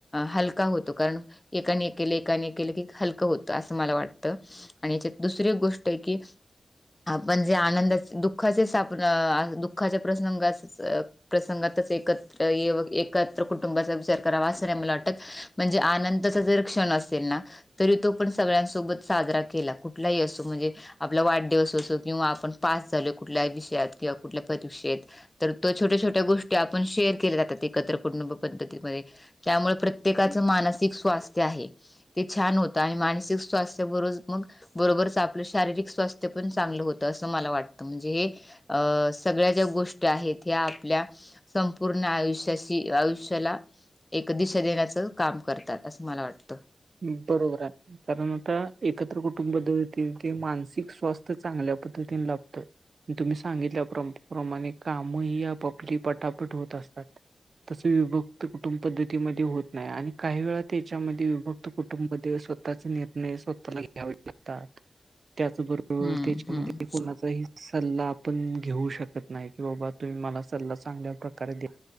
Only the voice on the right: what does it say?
बरोबर हाय. कारण आता एकत्र कुटुंब पद्धती होती ते मानसिक स्वास्थ चांगल्या पद्धतीने लाभतं. आणि तुम्ही सांगितल्या प्रम-प्रमाणे काम ही आपआपली पटापट होतं असतात. तस विभक्त कुटुंब पद्धतीमध्ये होत नाही आणि काही वेळा त्याच्यामध्ये विभक्त कुटुंबमध्ये स्वतःचे निर्णय स्वतःला घ्यावे लागतात. त्याच दूर
त्याच्यामध्ये
कोणाचं चाही सल्ला आपण घेऊ शकत नाही, की बाबा तुम्ही मला सल्ला चांगल्या प्रकारे द्या.